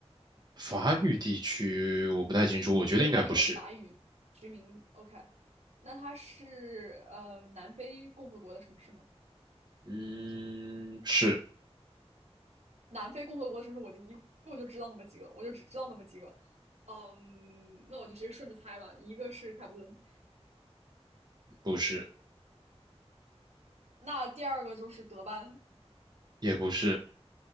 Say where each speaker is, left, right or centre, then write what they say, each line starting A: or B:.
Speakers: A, on the right (about 40°); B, on the right (about 75°).
A: 法语地区我不太清楚，我觉得应该不是。
B: 就是它有法语殖民。OK，那它是呃南非共和国的城市吗？
A: 嗯，是
B: 南非共和国的城市，我就一共就知道那么几个，我就只知道那么几个。嗯，那我就直接顺着猜吧。一个是开普敦，
A: 不是？
B: 那第二个就是德班，
A: 也不是。